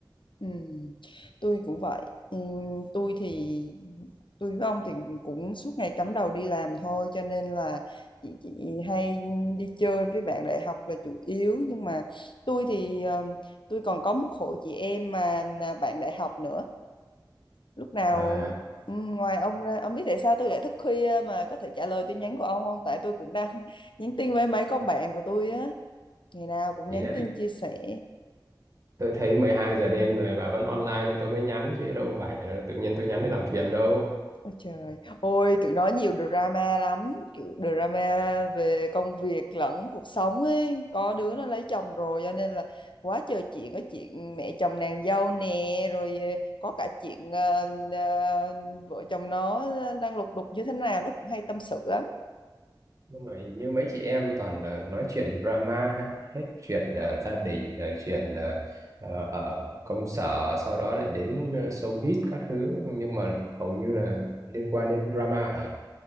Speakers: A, on the left; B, on the right.
A: Ừ. Tôi cũng vậy. Ừ, Tôi thì tôi với ông thì cũng suốt ngày cắm đầu đi làm thôi cho nên là chị chị hay đi chơi với bạn đại học là chủ yếu nhưng mà tôi thì ờ, tôi còn có một hội chị em mà là bạn đại học nữa lúc nào
B: à
A: ừ, ngoài ông ra ông biết tại sao tôi lại thức khuya mà có thể trả lời tin nhắn của ông không tại tôi cũng đang <laughs> nhắn tin với mấy con bạn của tôi á ngày nào cũng
B: thì
A: nhắn
B: đấy
A: tin chia sẻ
B: tôi thấy 12 giờ đêm rồi bà vẫn online nên tôi mới nhắn chứ đâu phải là tự nhiên tôi nhắn để làm phiền đâu
A: ôi trời ôi tụi nó nhiều drama lắm kiểu drama về công việc lẫn cuộc sống ấy có đứa nó lấy chồng rồi cho nên là quá trời chuyện có chuyện mẹ chồng nàng dâu nè rồi ờ, có cả chuyện ờ, ờ, vợ chồng nó ờ, đang lục đục như thế nào nó cũng hay tâm sự lắm
B: Nhưng mà hình như mấy chị em toàn ờ, nói chuyện drama hết chuyện ờ, gia đình rồi chuyện ờ, ờ, ở công sở sau đó lại đến ờ, showbiz các thứ nhưng mà hầu như là liên quan đến drama hả?